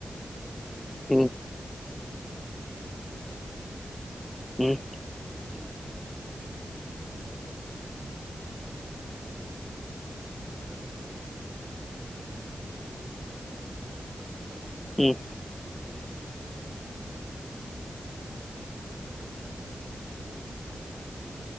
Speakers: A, on the right; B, on the left.
A: تقدر تعمل بيه
B: مم.
A: آه، تقريبا كل حاجه
B: مم.
A: ففي ممكن ت- تشتري آه، او تأجر شهريا آه، بوت البوت ده بيعمل لك زي سوشيال جنريتيف ستوريز تمام شفت انت لما تكون بتقلب
B: مم.
A: على تيك توك وتلاقي فيديو او انت بتنام كده وع- الخلفيه بتاعته لعبه مثلا فورتنايت او ريكت ليج او ما الى اخره